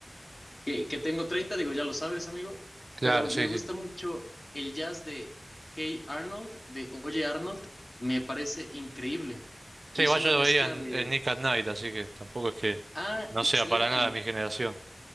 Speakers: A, on the left; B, on the right.
A: que, que tengo 30, digo, ya lo sabes, amigo,
B: claro,
A: pero
B: sí,
A: me gusta
B: sí.
A: mucho el jazz de Hey Arnold, de Oye Arnold, me parece increíble.
B: Sí,
A: Y
B: igual
A: es una
B: yo
A: mezcla
B: lo veía en,
A: de...
B: en Nick at Night, así que tampoco es que
A: Ah,
B: no
A: excelente.
B: sea para nada de mi generación.